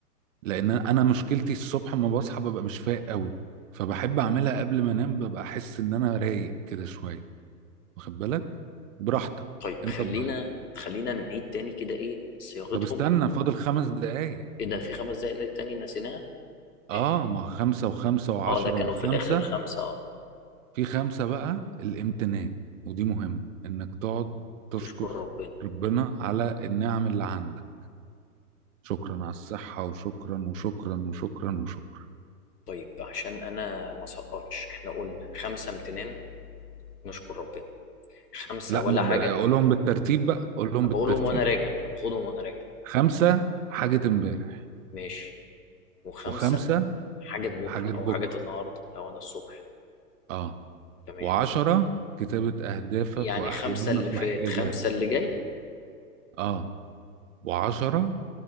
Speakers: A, on the right; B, on the left.
A: لان انا مشكلتي الصبح ما بصحى ببقى مش فايق قوي فبحب اعملها قبل ما انام ببقى احس ان انا رايق كده شوية واخد بالك براحتك
B: طيب
A: انت
B: خلينا
A: براحتك
B: خلينا نعيد تاني كده ايه صياغتهم
A: طب استنى فاضل خمس دقايق
B: ايه ده في خمس دقايق تاني نسيناها
A: اه
B: ماشي
A: ما خمسة وخمسة وعشرة
B: اه ده كانوا
A: وخمسة
B: في الاخر خمسه اه
A: في خمسة بقى الامتنان ودي مهمة انك تقعد تشكر
B: تشكر ربنا
A: ربنا على النعم اللي عندك شكرا على الصحة وشكرا وشكرا وشكرا وشكرا
B: طيب عشان انا ما سقطش احنا قلنا خمسه امتنان نشكر ربنا خمسه
A: لا
B: ولا
A: ب-
B: حاجه
A: ب- قولهم بالترتيب بقى قولهم
B: انا
A: بالترتيب
B: بقولهم وانا راجع ما انا باخدهم وانا راجع
A: خمسة حاجة امبارح
B: ماشي وخمسه
A: وخمسة
B: حاجه بكره
A: حاجات
B: او
A: بكرة
B: حاجه النهارده لو انا الصبح
A: اه
B: تمام
A: وعشرة كتابة أهدافك
B: يعني
A: وأحلامك
B: خمسه اللي فات
A: واحتياجاتك
B: خمسه اللي جاي
A: اه وعشرة